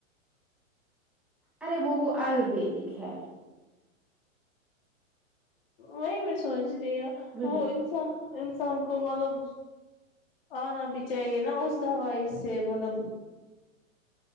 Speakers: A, in the centre; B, on the left (about 45°).
A: ارے وہ وہ آیورویدک ہے
B: وہی میں سوچ
A: وہی
B: وہ انسان انسان کو مطلب آنا بھی چاہیے نا اس دوائی سے مطلب